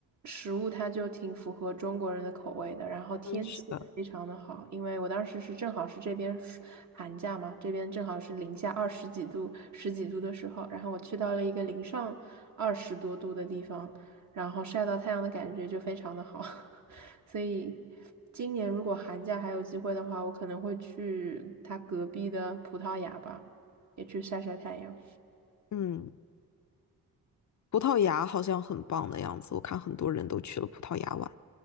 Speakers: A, on the right; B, on the left.
A: 食物它就挺符合中国人的口味的，然后天气也非常的好，
B: 嗯，是的。
A: 因为我当时是正好是这边暑寒假嘛，这边正好是零下二十几度、十几度的时候，然后我去到了一个零上二十多度的地方，然后晒到太阳的感觉就非常的好，<laughs> 所以。今年如果寒假还有机会的话，我可能会去它隔壁的葡萄牙吧。也去晒晒太阳，
B: 嗯，葡萄牙好像很棒的样子，我看很多人都去了葡萄牙玩。